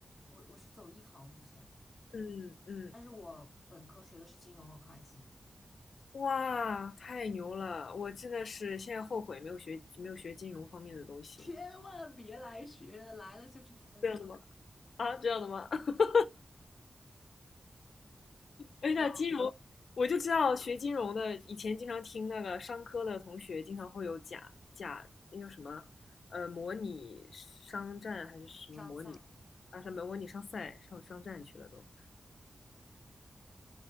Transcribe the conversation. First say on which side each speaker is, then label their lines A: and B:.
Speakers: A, on the left (about 45°); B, on the left (about 85°).
A: 我我是走艺考路线，
B: 嗯嗯。
A: 但是我本科学的是金融和会计，
B: 哇，太牛了！我真的是现在后悔没有学没有学金融方面的东西。
A: 千万别来学，来了就是填坑，
B: 这样的吗？啊，这样的吗？<laughs>
A: 学到
B: 哎，那金融，我就知道学金融的，以前经常听那个商科的同学经常会有假假那叫什么，呃，模拟商战还是什么模拟
A: 伤赛。
B: 啊？什么模拟商赛上商战去了都，